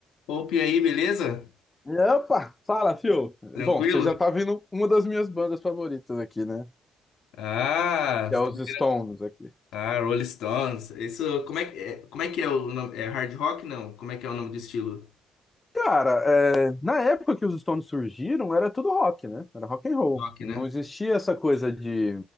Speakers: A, on the left; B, on the left.
A: Opa, e aí, beleza?
B: Opa, fala, fio.
A: Tranquilo?
B: Bom, você já tá vendo uma das minhas bandas favoritas aqui, né?
A: Ah,
B: Que
A: você
B: é os
A: tá- ouvindo-
B: Stones aqui.
A: ah, Rolling Stones. Isso, como é, que- é, como é que é o nome? É hard rock, não? Como é que é o nome do estilo?
B: Cara, é, na época que os Stones surgiram, era tudo rock, né? Era rock and roll.
A: Rock,
B: Não
A: né?
B: existia essa coisa de